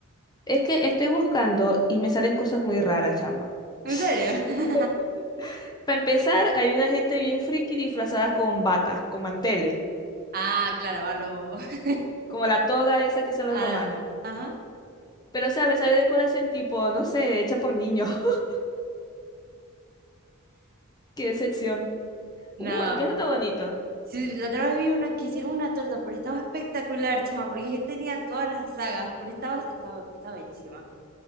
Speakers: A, on the left (about 20°); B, on the right (about 45°).
A: es que estoy buscando y me salen cosas muy raras, chama.
B: ¿En
A: <laughs>
B: serio? <laughs>
A: Para empezar, hay una gente bien friki disfrazadas con batas, con manteles,
B: Ah, claro, a lo <laughs>
A: como la toga esa que son
B: a-
A: los romanos.
B: ajá.
A: Pero, o sea, me sale decoración tipo, no sé, hecha por niños. <laughs> Qué decepción.
B: No.
A: Uh, aunque eso está bonito.
B: Sí, la otra vez vi una que hicieron una torta, pero estaba espectacular, chama, porque es que tenía todas las sagas, pero estaba estaba, estaba bellísima.